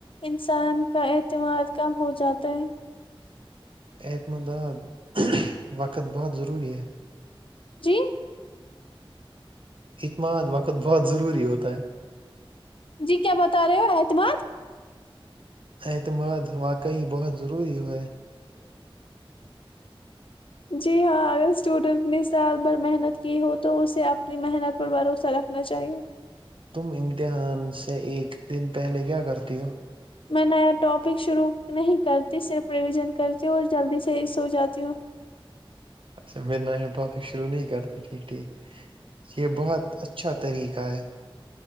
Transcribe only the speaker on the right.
اعتمداد وقت بہت ضروری ہے
اعتماد وقت بہت ضروری ہوتا ہے
اعتماد واقعی بہت ضروری ہوئے
تم امتحان سے ایک دن پہلے کیا کرتی ہو
اچھا میں نیا ٹاپک شروع نہیں کرتی ٹھیک ٹھیک یہ بہت اچھا طریقہ ہے